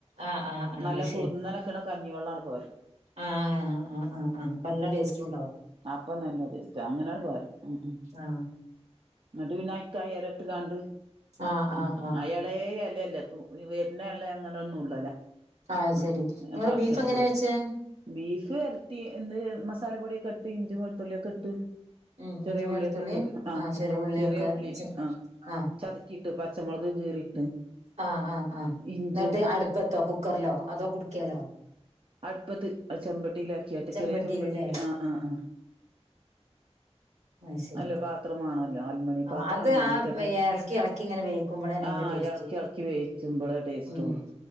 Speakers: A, on the right; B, on the right.
A: ആ ആ ആ
B: നല്ല
A: അത്
B: കുറ്ന്നനെക്ക്‌ണ കഞ്ഞിവെള്ളം അങ്ങട് പാരും
A: ആഹ് ആ ആ ആ പ്പല്ല ടേസ്റ്റുണ്ടാവു.
B: അപ്പ നല്ല ടേസ്റ്റാ അങ്ങനെങ്ങട് പാരും ഉം ഉം
A: ആ
B: എന്നിട്ട് പിന്നെ അയിക്ക്‌ ആ എല ഇട്ട് കാണ്ട്
A: ആ
B: ഉം
A: ആ ആ
B: അയാളെ അലല്ല തു വെര്ണ എല അങ്ങനെ നുള്ളലാ
A: ആഹ്
B: ഉം
A: ശെരി ഇങ്ങള്
B: പറിച്ചെടുക്കും
A: ബീഫ് എങ്ങനാ വെച്ചേ?
B: ബീഫ് വെരട്ടി എന്ത് മസാല പൊടിയൊക്കെ ഇട്ട് ഇഞ്ചി വെള്ത്തുള്ളിയൊക്കെ ഇട്ട്
A: ഉം
B: ചെറിയ
A: ഇഞ്ചി വെള്ത്തുള്ളീം
B: ഉള്ളിയൊക്കെ ഇട്ട് ആഹ്
A: ആ ചെറിയ ഉള്ളിഒക്കെ
B: ഉള്ളി ആഹ്
A: ആ
B: ചതക്കിയിട്ട് പച്ചമുളക് കീറിയിട്ട്
A: ആഹ് ആഹ് ആഹ്
B: ഇഞ്ചും
A: എന്നിട്ട് അടുപ്പതോ കു കുക്കറിലോ അതോ കുടുക്കെലൊ?
B: അടുപ്പത്ത് ചെമ്പട്ടിയിലാക്കിയാട്ട്
A: ചെമ്പട്ടിയിലല്ലേ
B: ചെറിയ ചെമ്പട്ടിയിൽ ആഹ് ആഹ് ആഹ്
A: ആയ് ശരി
B: നല്ല പാത്രമാണല്ലോ അൽമണി
A: ആ
B: പാത്രാണ്
A: അത്
B: മൺചട്ടി
A: ആ എളക്കി എളക്കി ഇങ്ങനെ വേ ക്കുമ്പോളന്നെ അയിന്റെ
B: ആഹ്
A: ടേസ്റ്റ്
B: എളക്കി എളക്കി വേവിച്ചുമ്പളേ ടേസ്റ്റൊള്ളു
A: ഉം